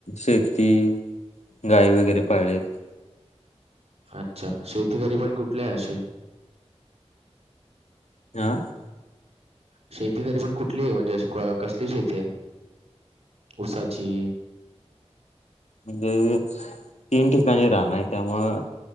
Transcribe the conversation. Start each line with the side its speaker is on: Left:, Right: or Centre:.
Left: शेती गाई वगैरे पाळलेत.
Right: अच्छा! शेतीकरी पण कुठले आहे असे?
Left: <inaudible>
Right: शेती तरी पण कुठली आहे, म्हणजे कसली शेती आहे ऊसाची?
Left: म्हणजे तीन ठिकाणी राहनं आहे त्यामूळ